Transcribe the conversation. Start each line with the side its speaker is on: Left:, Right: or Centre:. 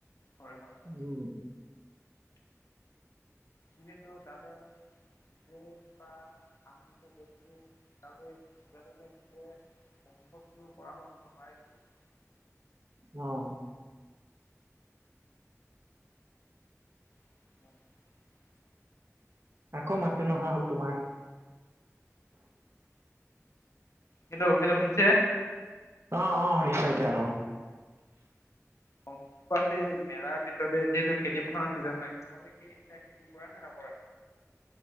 Left: হয়, হয়, হয়।
Right: উম
Left: যিহেতু তালে নিজে বা আমে ব নিজে <unintelligible> অভৱো কৰা হোৱা হ'ব নোৱাৰে কিন্তু <unintelligible>
Right: অ'।
Left: <inaudible>
Right: আকৌ মাতটো নহা হ'ল তোমাৰ।
Left: হেল্ল' হেল্ল' শুনিছে?
Right: অ', অ', শুনিছো এতিয়া আকৌ।
Left: <unintelligible> মেলাৰ পিছতে যিহেতু খেতি পথাৰৰ চিজন হয়। মানে কি এতিয়া খেতি কৰা নে নকৰা?